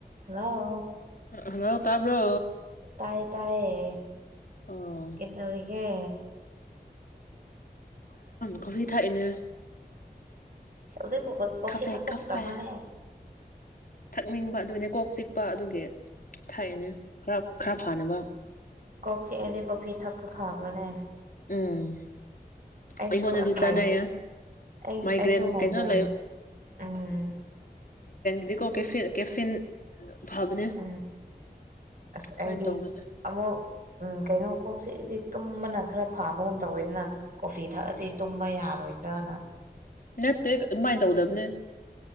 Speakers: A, on the right; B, on the left.
A: hello
B: hello ꯇꯥꯕ꯭ꯔꯣ
A: ꯇꯌꯦ ꯇꯌꯦ
B: ꯑꯣ
A: ꯀꯅꯕꯔꯤꯒꯦ
B: ꯀꯐ ꯊ ꯏꯅꯦ
A: <inaudible> ꯖꯤ ꯀꯣꯐꯤ
B: ꯀꯥꯐꯦ
A: ꯊꯛꯣ
B: ꯀꯥꯐꯦ
A: ꯇꯥꯃꯅꯦ
B: ꯊꯛꯅꯤꯡꯕ ꯑꯗꯨꯒꯤꯅꯦ ꯀꯣꯛ ꯆꯤꯛꯄ ꯑꯗꯨꯒꯤ ꯊꯥꯏꯑꯅꯦ ꯈꯔ ꯈꯔ ꯐꯥꯅꯕ
A: ꯀꯣꯛꯆꯤ ꯑꯦꯗꯤ ꯀꯣꯐꯤ ꯊꯛ ꯐꯕꯅꯦ
B: ꯎꯝ
A: ꯑꯩꯁꯨ
B: ꯑꯩꯉꯣꯟꯗꯗꯤ
A: ꯑꯁ
B: ꯆꯥꯅꯩꯌꯦ
A: ꯑꯩ
B: ꯃꯥꯏꯒ꯭ꯔꯦꯟ
A: ꯑꯩꯁꯨ ꯃꯥꯏꯒ꯭ꯔꯦꯟꯁ
B: ꯀꯩꯅꯣ ꯂꯩ
A: ꯎꯝ
B: ꯑꯗꯨꯗꯤꯀꯣ ꯀꯦꯐꯤꯟ ꯀꯦꯐꯤꯟ ꯐꯕꯅꯦ
A: ꯎꯝ ꯑꯁ
B: ꯑꯗꯨꯃꯥꯏꯅ
A: ꯑꯩꯗꯤ
B: ꯇꯧꯕꯁꯦ
A: ꯑꯃꯨꯛ ꯎꯝ ꯀꯩꯅꯣ ꯀꯣꯛꯁꯤꯗꯤ ꯇꯨꯝꯕꯅ ꯈꯔ ꯐꯥꯕꯒꯨꯝ ꯇꯧꯋꯦꯗꯅ ꯀꯣꯐꯤ ꯊꯛꯑꯗꯤ ꯇꯨꯝꯕ ꯌꯥꯔꯣꯏꯗ꯭ꯔꯅ
B: ꯅꯠꯇꯦ ꯑꯗꯨꯃꯥꯏꯅ ꯇꯧꯗꯕꯅꯦ